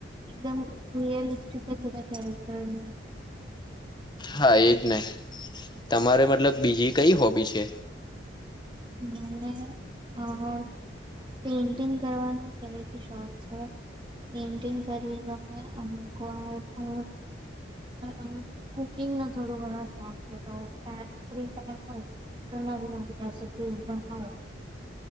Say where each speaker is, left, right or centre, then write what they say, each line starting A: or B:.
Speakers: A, on the right; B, on the left.
A: એકદમ રિયલિસ્ટિક જ બધા કેરેક્ટર છે.
B: હા એજને, તમારે મતલબ બીજી કઈ હોબી છે?
A: મને <unintelligible> પેઇન્ટિંગ કરવાનો પહેલેથી શોખ છે. પેઇન્ટિંગ કરવી ગમે, અમુક વાર તો, અહ કુકિંગનો થડો ઘણો શોખ છે તો સ્ટાર્ટ કુકિંગ ટાઈમ હોય તો નગ નબ <unintelligible> પણ હોય.